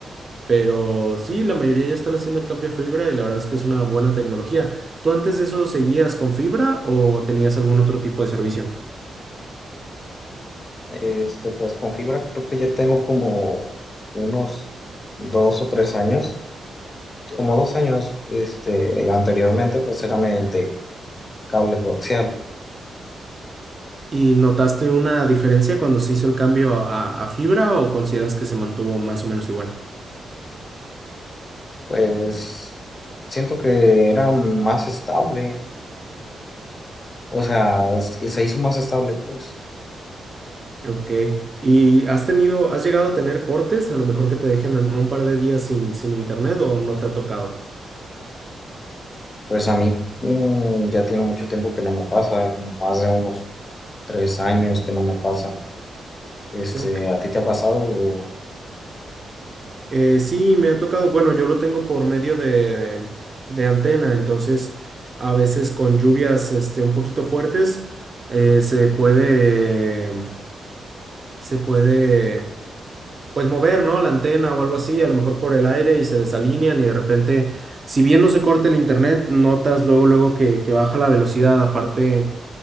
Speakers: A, on the right; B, on the left.
A: Pero sí, la mayoría ya están haciendo el cambio a fibra y la verdad es que es una buena tecnología. ¿Tú antes de eso seguías con fibra o tenías algún otro tipo de servicio?
B: Este, pues con fibra creo que ya tengo como unos dos o tres años, como dos años, este, anteriormente pues era mediante cable coaxial,
A: ¿Y notaste una diferencia cuando se hizo el cambio a, a fibra o consideras que se mantuvo más o menos igual?
B: pues siento que era más estable, o sea, es- y se hizo más estable, pues,
A: Ok. ¿Y has tenido, has llegado a tener cortes? A lo mejor que te dejen en un par de días sin, sin internet o no te ha tocado.
B: pues a mí mm, ya tiene mucho tiempo que no me pasa, como más de unos tres años que no me pasa, este,
A: Ok.
B: a ti te ha pasado,
A: Eh, sí, me ha tocado. Bueno, yo lo tengo por medio de, de antena, entonces a veces con lluvias este, un poquito fuertes eh, se puede, se puede pues mover, ¿no? La antena o algo así, a lo mejor por el aire y se desalinean y de repente, si bien no se corta el internet, notas luego, luego que, que baja la velocidad, aparte.